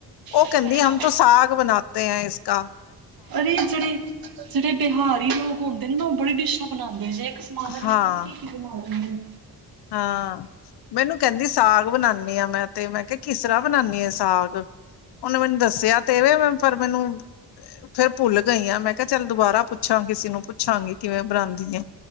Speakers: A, on the left; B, on the right.
A: ਉਹ
B: ਅੱਛਾ
A: ਕਹਿੰਦੀ,
B: ਅੱਛਾ
A: ਹਮ ਤੋ ਸਾਗ ਬਣਾਤੇ ਹੈ ਇਸ ਕਾ
B: ਅਰੇ, ਜਿਹੜੇ-ਜਿਹੜੇ ਬਿਹਾਰੀ ਲੋਕ ਹੁੰਦੇ ਨਾਂ, ਬੜੀ ਡਿਸ਼ਾਂ ਬਣਾਦੇ ਜੇ? ਸਮਾਨ ਦਾ ਪਤਾ
A: ਹਾਂ
B: ਵੀ, ਕੀ-ਕੀ ਬਣਾ ਲੀਨੇ
A: ਹਾਂ ਮੈਨੂੰ ਕਹਿੰਦੀ ਸਾ ਬਣਾਂਦੀ ਆਂ ਮੈਂ ਤੇ ਮੈਂ ਕਿ ਕਿਸ ਤਰ੍ਹਾਂ ਬਣਾਨੀ ਐ ਸਾਗ, ਉਹਨੇ ਮੈਨੂੰ ਦੱਸਿਆ ਤੇ ਇਵੇ ਮੈਂ ਪਰ ਮੈਨੂੰ ਫੇਰ ਭੁੱਲ ਗਈ ਆਂ, ਮੈਂ ਕਿਹਾ ਚੱਲ ਦੁਬਾਰਾ ਪੁੱਛਾਂ ਕਿਸੇ ਨੂੰ ਪੁੱਛਾਂਗੀ ਕਿਵੇਂ ਬਣਾਂਦੀ ਐਂ